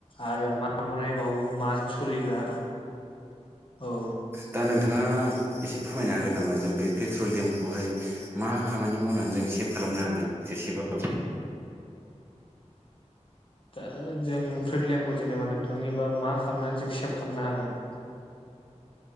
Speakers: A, on the left (about 45°); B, on the right (about 20°).
A: आरो मा बनायबावो माजों सोलिग्रा औ।
B: दा नोंथाङा एसे फोरमायनो हागोन नामा जों बे पेट्रलियामखौहाय मा खामानि मावनान जों सेभ खालामनो हागोन एसेबाबो?
A: दा जों फ्रेटलियामखौ जेनेबा नोंथांनिबा मा खामनानै जों सेभ खालामनो हागोन? <inaudible>